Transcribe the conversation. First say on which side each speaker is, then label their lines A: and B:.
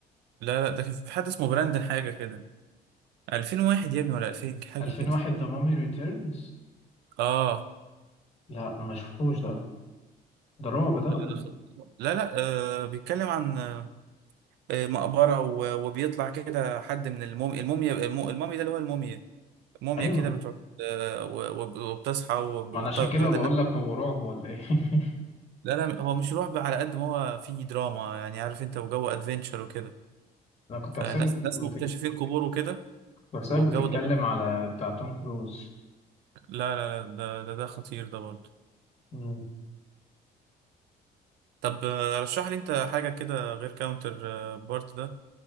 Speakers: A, on the right; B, on the left.
A: لا لا ده كان في حد اسمه براندن حاجة كده 2001 يا ابني ولا 2000 حاجة
B: 2001
A: كده
B: ذا مامي ريتيرنز
A: اه
B: لا ما شفتوش ده ده رعب ده
A: لا
B: ولا
A: لا
B: ايه
A: لا لا، آه بيتكلم عن آه آه، مقبرة و- وبيطلع كده حد من الموميا الموميا الم- المومي ده اللي هو الموميا الموميا
B: ايوه
A: كده بتقعد آه و- وب- وبتصحى وب-
B: ما
A: وبتطرد
B: انا عشان كده بقول
A: الناس
B: لك هو رعب ولا ايه <laughs>
A: لا لا هو مش رعب على قد ما هو فيه دراما يعني عارف انت وجو ادفنتشر وكده
B: انا كنت
A: فناس
B: حاسسك
A: ناس
B: بتك...
A: مكتشفين قبور وكده
B: كنت حاسسك
A: والجو
B: بتتكلم
A: ده بي-
B: على بتاع توم كروز
A: لا لا لا ده ده, ده خطير ده برضه
B: مم.
A: طب آه، رشح لي انت حاجة كده غير كاونتر بارت ده